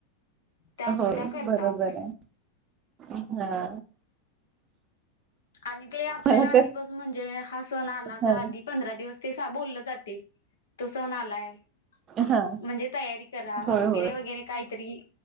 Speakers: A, on the left; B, on the right.
A: त्यामुळे
B: होय
A: त्या करतात.
B: बरोबर आहे हा.
A: आणि ते आपल्याला
B: मला
A: आधीपासून
B: तर
A: म्हणजे हा सण आला
B: हा
A: तर आधी पंधरा दिवस ते बोललं जाते, तो सण आलाय.
B: हा
A: म्हणजे तयारी करा
B: होय
A: वगैरे
B: होय
A: वगैरे काहीतरी